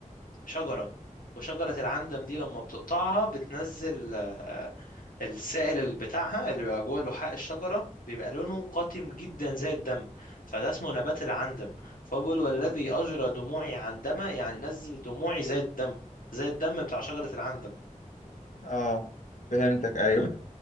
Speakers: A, on the left; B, on the left.
A: شجرة وشجرة العندم دي لما بتقطعها بتنزل آه، السائل اللي بتاعها اللي بيبقى جوه لحاء الشجرة بيبقى لونه قاتم جدا زي الدم فده اسمه نبات العندم فهو بيقول والذي أجرى دموعي عندما يعني نزل دموعي زي الدم زي الدم بتاع شجرة العندم
B: اه فهمتك ايوه